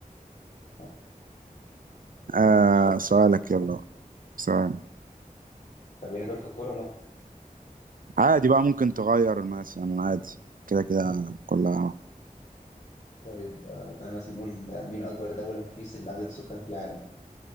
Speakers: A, on the left; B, on the right.
A: آه،
B: آه
A: ما بتجليش منه
B: سؤالك
A: بصراحه
B: يلا بقى. سؤال
A: طب هنا دول في الكوره ونخ...
B: عادي بقى ممكن تغير مثلا عادي كده كده كلها واحد.
A: طيب آه، تعالى مثلا نقول آه، مين اكبر دوله من حيث عدد السكان في العالم